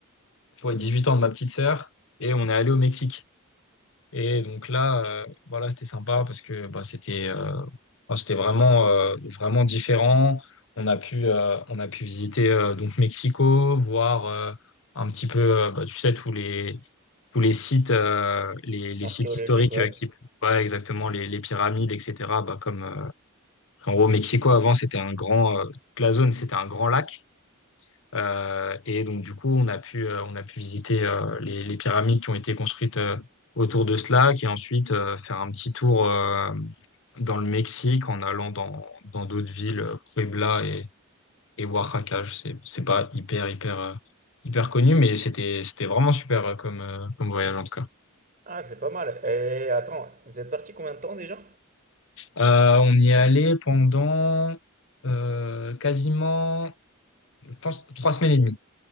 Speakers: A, on the left; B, on the right.
A: pour les 18 ans de ma petite sœur. Et on est allé au Mexique. Et donc là, euh, voilà, c'était sympa parce que bah, c'était euh, enfin, c'était vraiment, euh, vraiment différent. On a pu, euh, on a pu visiter euh, donc Mexico, voir euh, un petit peu, euh, bah, tu sais, tous les, tous les sites, euh, les, les
B: Archéologique,
A: sites historiques
B: ouais.
A: euh, qui, ouais, exactement, les, les pyramides, etc. Bah, comme, euh, en gros, Mexico, avant, c'était un grand, euh, toute la zone, c'était un grand lac. Euh, et donc, du coup, on a pu, euh, on a pu visiter euh, les, les pyramides qui ont été construites euh, autour de cela, et ensuite euh, faire un petit tour euh, dans le Mexique en allant dans, dans d'autres villes, euh, Puebla et, et Oaxaca. Je sais- C'est pas hyper, hyper, euh, hyper connu, mais c'était, c'était vraiment super euh, comme, euh, comme voyage en tout cas.
B: Ah, c'est pas mal. Et attends, vous êtes parti combien de temps déjà?
A: Euh, on y est allé pendant euh, quasiment, je pense, trois semaines et demie.